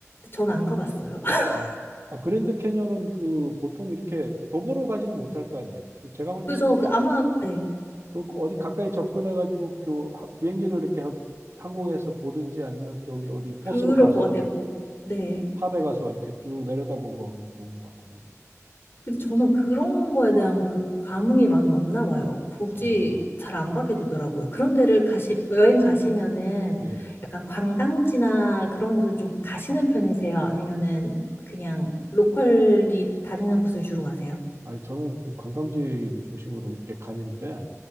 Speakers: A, on the left; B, on the right.
A: 전 안 가봤어요. <laughs>
B: 아, 그, 아, 그랜드 캐니언은 그 보통 이렇게 도보로 가지는 못할 거 아니에요. 그 제가 볼
A: 그죠?
B: 때는
A: 그 아마, 네,
B: 그 어디 가까이 접근해 가지고 비행기로 이렇게 하- 항공에서 보든지 아니면 저기 어디 버스로
A: 그럴
B: 가서
A: 것 같아요. 뭐, 네.
B: 탑에 가서 이렇게 쭉 내려다보고 하면 좋은 것 같은데.
A: 근데 저는 그런 거에 대한 그 감흥이 많이 없나 봐요. 굳이
B: 아,
A: 잘 안 가게 되더라고요. 그런 데를 가시, 여행 가시면은
B: 예.
A: 약간 관광지나 그런 곳을 좀 가시는 편이세요? 아니면은 그냥 로컬이 다니는 곳을 주로 가세요?
B: 아니, 저는 그 관광지를 중심으로 이렇게 가는데,